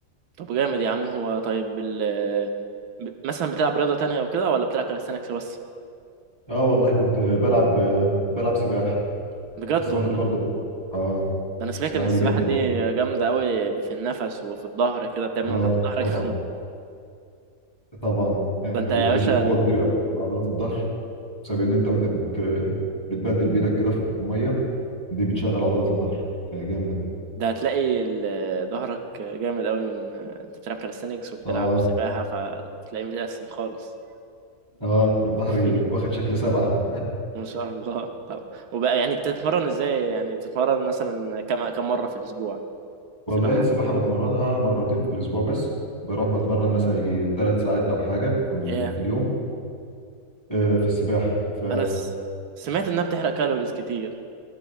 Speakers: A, on the right (about 80°); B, on the left (about 15°).
A: طب جامد يا عم هو طيب ال ب- مثلا بتلعب رياضه تانية او كده ولا بتلعب كالستانكس بس
B: اه والله كنت بلعب بلعب سباحة
A: بجد
B: السباحة
A: والله
B: دي برضو اه
A: ده انا سمعت
B: السباحة
A: ان السباحه
B: دي جامدة
A: دي
B: برضو
A: جامده قوي في النفس وفي الظهر كده بتعمل
B: اه
A: تحت الظهر
B: طبعا
A: جامد
B: طبعا آه،
A: ده انت
B: بتدي
A: يا باشا
B: قوة كبيرة قوي لعضلات الظهر بسبب ان انت وانت بت... بتبدل بايدك كده في الميه دي بتشغل عضلات الظهر فجامده
A: ده هتلاقي ال- ظهرك جامد قوي من انت بتلعب كاليستانكس وبتلعب
B: اه
A: سباحة فتلاقيه متقسم خالص
B: اه انا ظهري
A: <laughs>
B: واخد شكل سبعه
A: ما شاء الله طب وبقى يعني بتتمرن ازاي يعني بتتمرن مثلا كم كم مرة في الأسبوع
B: والله
A: سباحة
B: السباحه بتمرنها مرتين في الاسبوع بس بروح بتمرن مثلا يجي ثلاث ساعات او حاجه في ال-
A: ايه
B: في اليوم آه في السباحه ف
A: انا س... سمعت انها بتحرق كالوريز كتير